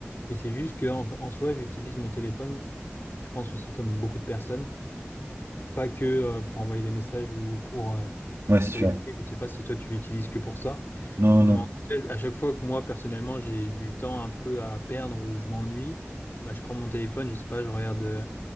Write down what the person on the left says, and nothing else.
Mais c'est juste que en, en soi, j'utilise mon téléphone, je pense aussi comme beaucoup de personnes, pas que euh, pour envoyer des messages ou pour, euh,
pour
téléphoner.
Je ne sais pas si toi tu l'utilises que pour ça.
Mais
en tout cas, à chaque fois que moi, personnellement, j'ai du temps un peu à perdre ou je m'ennuie, bah, je prends mon téléphone, je sais pas, je regarde euh,